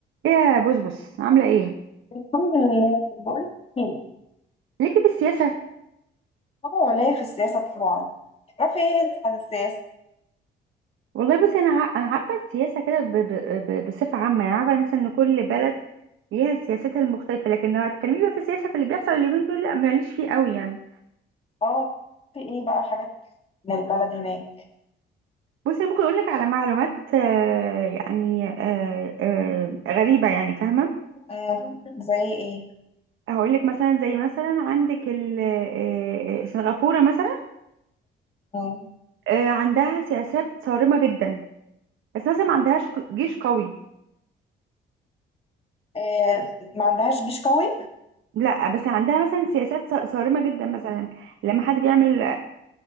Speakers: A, on the right (about 80°); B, on the left (about 30°).
A: يا بص بص عامله ايه
B: الحمد لله بقول ايه
A: ليكي في السياسه
B: اه ليا في السياسة طبعا تعرفي ايه انت عن السياسة
A: والله بصي انا ع- انا عارفه السياسه كده ب- ب- ب- بصفه عامه يعني عارفه مثلا ان كل بلد ليها سياستها المختلفه لكن لو هتكلمي بقى في السياسه في اللي بيحصل اليومين دول لا ماليش فيه قوي يعني
B: اه في ايه بقى حاجات من البلد هناك
A: بصي أنا ممكن اقول لك على معلومات آه، يعني آه، آه، غريبه يعني فاهمه
B: آه زي ايه
A: هقول لك مثلا زي مثلا عندك ال- آه، آه، سنغافوره مثلا
B: آه.
A: آه، عندها سياسات صارمه جدا بس مثلا ما عندهاش ق- جيش قوي
B: آه. ما عندهاش جيش قوي
A: لا بس عندها مثلا سياسات ص- صارمة جدا مثلا لما حد بيعمل